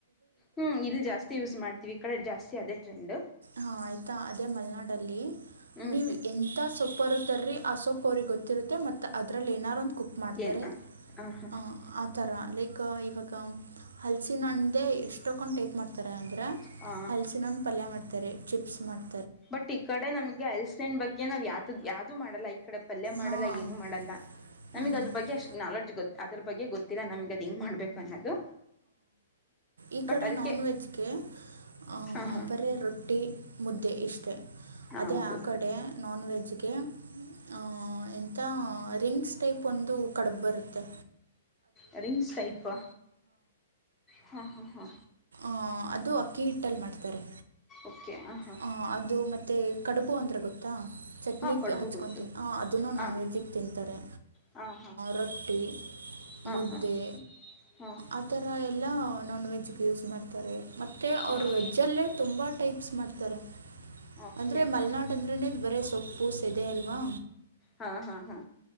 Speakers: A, on the left; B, on the right.
A: ಹ್ಮ್ ಇಲ್ಲಿ ಜಾಸ್ತಿ ಯೂಸ್ ಮಾಡ್ತೀವಿ ಈ ಕಡೆ ಜಾಸ್ತಿ ಅದೇ ಟ್ರೆಂಡ್.
B: ಹಾ ಆಯ್ತಾ ಅದೇ ಮಲ್ನಾಡಲ್ಲಿ
A: ಹ್ಞೂ
B: ನೀವ್
A: ಹ್ಞೂ
B: ಎಂತ ಸೊಪ್ಪಾರು ತರ್ರಿ ಆ ಸೊಪ್ಪ್ ಅವ್ರಿಗೆ ಗೊತ್ತಿರುತ್ತೆ ಮತ್ತು ಅದರಲ್ಲಿ ಏನಾದ್ರು ಒಂದು ಕುಕ್ ಮಾಡ್ತಾರೆ
A: ಏನು ಹಾಂ ಹಾಂ ಹಾಂ
B: ಹಾ
A: ಹಾಂ
B: ಆ ಥರ ಲೈಕ್ ಇವಾಗ ಹಲ್ಸಿನ್ ಹಣ್ಣ್ದೇ ಎಷ್ಟಕೊಂಡ್ ಟೈಪ್ ಮಾಡ್ತ್ ತರ ಅಂದ್ರ
A: ಹಾಂ
B: ಹಲ್ಸಿನಣ್ಣ್ ಪಲ್ಯ ಮಾಡ್ತಾರೆ ಚಿಪ್ಸ್ ಮಾಡ್
A: ಬಟ್ ಈ ಕಡೆ ನಮ್ಗೆ ಹಲ್ಸಿನಣ್ಣ್ ಬಗ್ಗೆ ನಾವ್ ಯಾತದ್ ಯಾವ್ದೂ ಮಾಡಲ್ಲ ಈ ಕಡೆ ಪಲ್ಯ ಮಾಡಲ್ಲ
B: ಹಾಂ
A: ಏನು ಮಾಡಲ್ಲ. ನಮಗ್
B: ಹ್ಞೂ
A: ಅದ್ರ ಬಗ್ಗೆ ಅಷ್ಟ್ ನಾಲೆಡ್ಜ್ ಗೊತ್ ಅದ್ರ ಬಗ್ಗೆ ಗೊತ್ತಿಲ್ಲ ನಮಗ್ ಅದು ಹೆಂಗ್ ಮಾಡ್ಬೇಕು ಅನ್ನೋದು.
B: ಈ
A: ಬಟ್
B: ಕಡೆ
A: ಅದಕ್ಕೆ
B: ನಾನ್ ವೆಜ್ಗೆ ಆಹ
A: ಹಾಂ ಹಾಂ
B: ಬರೇ ರೊಟ್ಟಿ ಮುದ್ದೆ ಇಷ್ಟೇ
A: ಹಾಂ
B: ಅದೇ
A: ಹೌದು
B: ಆ ಕಡೆ ನಾನ್ ವೆಜ್ಗೆ ಆ ಎಂತ ರಿಂಗ್ಸ್ ಟೈಪ್ ಒಂದು ಕಡಬ್ಬರುತ್ತೆ
A: ಅದ ಸ್ಟೈಪ್ಾ ಹಾ ಹಾ ಹಾ
B: ಹ ಅದು ಅಕ್ಕಿ ಹಿಟ್ಟಲ್ಲಿ ಮಾಡ್ತಾರೆ
A: ಓಕೆ ಹಾಂ ಹಾಂ
B: ಹ ಅದು ಮತ್ತೆ ಕಡುಬು ಅಂದ್ರೆ ಗೊತ್ತಾ ಚಟ್ನಿಗೆ
A: ಹಾಂ ಕಡುಬು
B: ಹಚ್ಕೊಂಡು
A: ಗೊತ್ತು
B: ತಿನ್ಿ ಅದೂ
A: ಹಾಂ
B: ನಾನ್ ವೆಜ್ಜಿಗೆ ತಿಂತಾರೆ
A: ಹಾಂ
B: ರೊಟ್ಟಿ
A: ಹಾಂ
B: ಮುದ್ದೆ
A: ಹಾಂ ಹಾಂ
B: ಆಥರ ಎಲ್ಲ ನಾನ್ ವೆಜ್ಗೆ ಯೂಸ್ ಮಾಡ್ತಾರೆ ಮತ್ತು
A: ಹಾಂ
B: ಅವರು
A: ಹಾಂ
B: ವೆಜ್ಜಲ್ಲೇ ತುಂಬ ಟೈಪ್ಸ್ ಮಾಡ್ತಾರೆ
A: ಓಕೆ
B: ಅಂದ್ರೆ ಮಲೆನಾಡ್
A: ಹಾಂ
B: ಅಂದ್ರನದು ಬರೀ ಸೊಪ್ಪು ಸೆದೆ ಅಲ್ವಾ
A: ಹಾ ಹಾ ಹಾ